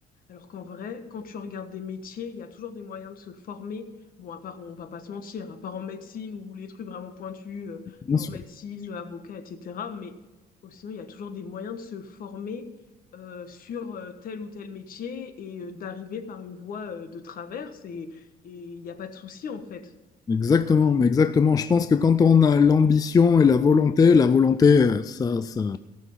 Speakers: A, on the left; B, on the left.
A: alors qu'en vrai, quand tu regardes des métiers, il y a toujours des moyens de se former. Bon, à part, on va pas se mentir, à part en médecine ou les trucs vraiment pointus, euh,
B: Bien
A: genre
B: sûr.
A: médecine, avocat, etc. Mais oh, sinon, il y a toujours des moyens de se former euh, sur euh, tel ou tel métier et euh, d'arriver par une voie euh, de traverse. Et et il n'y a pas de souci, en fait.
B: Exactement, mais exactement. Je pense que quand on a l'ambition et la volonté, la volonté, euh, ça, ça,